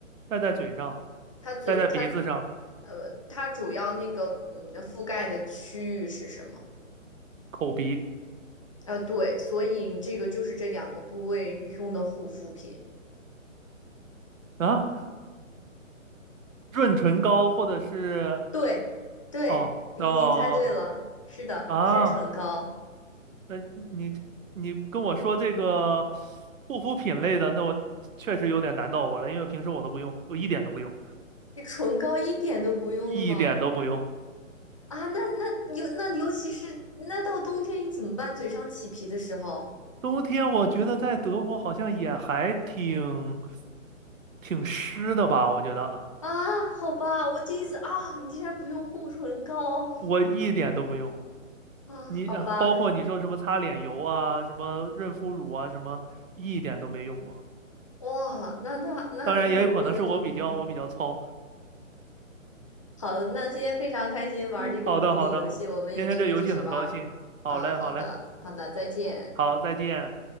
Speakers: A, on the right; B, on the left.
A: 戴在嘴上，
B: 它嘴，
A: 戴在鼻子上，
B: 它，呃，它主要那个，嗯，覆盖的区域是什么？
A: 口鼻
B: 呃，对，所以这个就是这两个部位用的护肤品。
A: 啊，润唇膏或者是
B: 对，对，
A: 哦哦
B: 你已经猜对了，是的，
A: 啊，
B: 是唇膏。
A: 那你你跟我说这个护肤品类的，那我确实有点难到我了，因为平时我都不用，我一点都不用，
B: 你唇膏一点都不用的吗？
A: 一点都不用。
B: 啊，那那尤那尤其是那到冬天你怎么办？嘴上起皮的时候
A: 冬天我觉得在德国好像也还挺挺湿的吧，我觉得
B: 啊，好吧，我第一次啊，你竟然不用护唇膏
A: 我一点都不用。
B: 啊，
A: 你呃包括你说什么擦脸油啊，
B: 好吧，
A: 什么润肤乳啊，什么一点都没用过。
B: 哇，那那那那德国的天气还蛮
A: 当然也有可能是我比较我比较糙。
B: 好。那今天非常开心玩这个谜底游戏，
A: 好的好的，
B: 我们有机会继续玩儿
A: 今天这游戏很高兴。好嘞好嘞，
B: 啊。好的，好的，再见。
A: 好，再见。